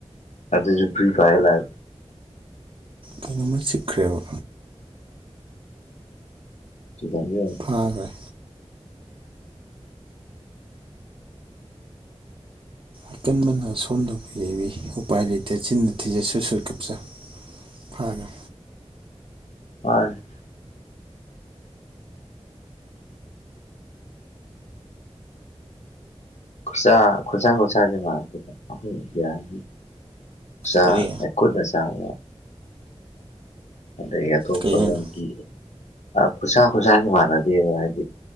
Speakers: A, on the left (about 85°); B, on the right (about 50°).
A: ꯑꯗꯨꯁꯨ <unintelligible> <unintelligible> <unintelligible>
B: ꯀꯩꯅꯣꯝꯃ ꯆꯤꯛꯈ꯭ꯔꯦꯕ
A: ꯁꯤꯣ <unintelligible>
B: ꯐꯥꯒ꯭ꯔꯦ ꯑꯀꯟꯕꯅ ꯑꯁꯣꯟꯕꯕꯨ ꯌꯩꯕꯤ ꯎꯄꯥꯏ ꯂꯩꯇ ꯆꯤꯟꯅ ꯊꯤꯖ ꯁꯨꯠ ꯁꯨꯠ ꯀꯥꯞꯆ ꯐꯔꯦ
A: ꯃꯥꯅꯦ ꯈꯨꯠꯁꯥ ꯈꯨꯠꯁꯥ ꯈ <unintelligible>
B: ꯀꯔꯤ
A: <unintelligible> <unintelligible> ꯈꯨꯠꯅꯥ ꯆꯥꯕꯥ ꯑꯗꯒꯤ ꯑꯇꯣꯞꯄ
B: ꯀꯔꯤ ꯍꯥꯏꯅꯣ
A: ꯂꯝꯒꯤ ꯈꯨꯠꯁꯥ ꯈꯨꯠꯁꯥ ꯃꯥꯟꯅꯗꯦꯕ ꯍꯥꯏꯗꯤ